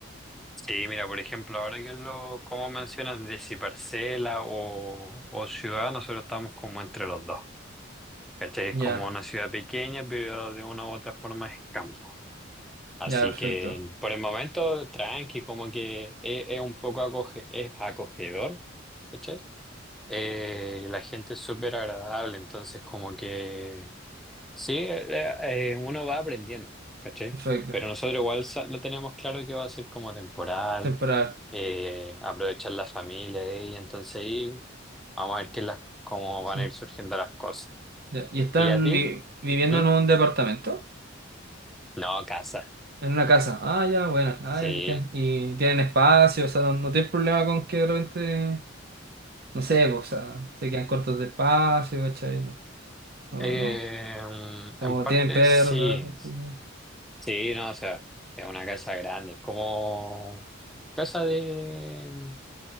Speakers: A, in the centre; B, on the right.
A: Sí, mira, por ejemplo, ahora que lo, como mencionas, de si parcela o, o ciudad, nosotros estamos como entre los dos. ¿Cachai? Es
B: Ya.
A: como una ciudad pequeña, pero de una u otra forma es campo. Así
B: Ya, perfecto.
A: que por el momento, tranqui, como que es, es un poco acoge- es acogedor, ¿cachai? Eh, y la gente es súper agradable, entonces como que sí, eh, eh, uno va aprendiendo, ¿cachai?
B: Perfecto.
A: Pero nosotros igual sa- lo teníamos claro que va a ser como temporal,
B: Temporal.
A: eh, aprovechar la familia eh, y entonces ahí vamos a ver qué las, cómo
B: Sí.
A: van a ir surgiendo las cosas.
B: Ya. ¿Y están
A: ¿Y a ti?
B: vi- viviendo
A: ¿Mm?
B: en un departamento?
A: No, casa,
B: En una casa. Ah, ya, bueno. Ah,
A: sí.
B: ya, qué can- Y tienen espacio, o sea, no, no tienen problema con que de repente, no sé, pues, o sea, se quedan cortos de espacio, ¿cachai? No, no.
A: Eh,
B: no. Como
A: en parte
B: tienen perros,
A: sí,
B: gatos, sí, no.
A: sí, no, o sea, es una casa grande, como casa de